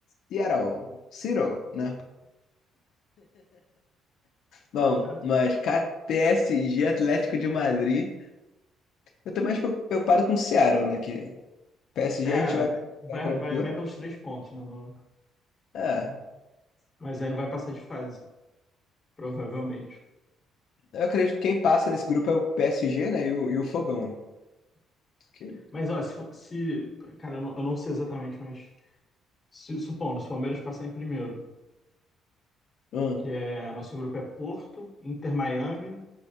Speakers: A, on the left; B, on the left.
A: Seattle, Seattle, né? Bom,
B: É,
A: mas cara, P S G Atlético de Madrid. Eu tô mais preocupado com o Seattle, né? Que P S
B: É,
A: G a gente vai,
B: vai,
A: vai tranquilo.
B: vai, vai pelos três pontos, né? não-
A: É,
B: mas aí não vai passar de fase, provavelmente.
A: eu acredito que quem passa nesse grupo é o P S G né? E o, e o Fogão. né? Que,
B: Mas, ó, se. for- se- cara, eu não, eu não sei exatamente, mas. se- supondo, se o Palmeiras passar em primeiro,
A: hum,
B: que é. Nosso grupo é Porto, Inter Miami